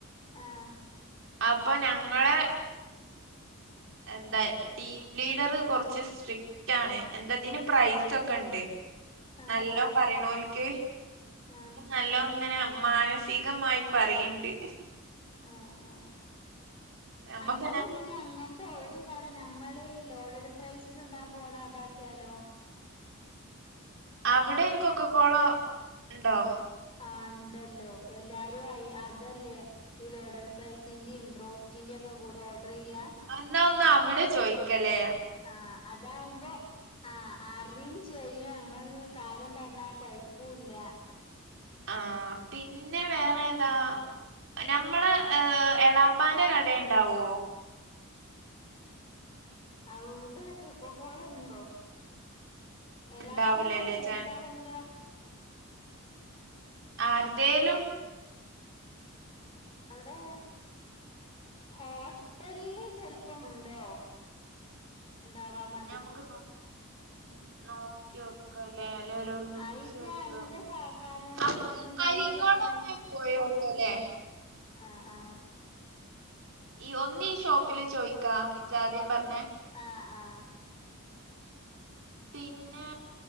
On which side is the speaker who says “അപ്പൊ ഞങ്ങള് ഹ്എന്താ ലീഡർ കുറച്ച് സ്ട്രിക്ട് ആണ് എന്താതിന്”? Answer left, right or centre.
Right